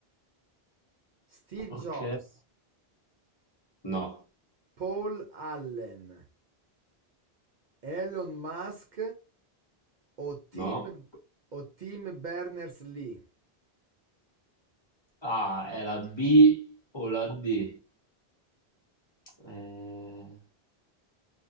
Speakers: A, on the right; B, on the left.
A: Steve
B: ok.
A: Jobs,
B: No,
A: Paul Allen? Elon Musk o Tim,
B: no.
A: o Tim Berners-Lee?
B: Ah, è la B o la D? Eh,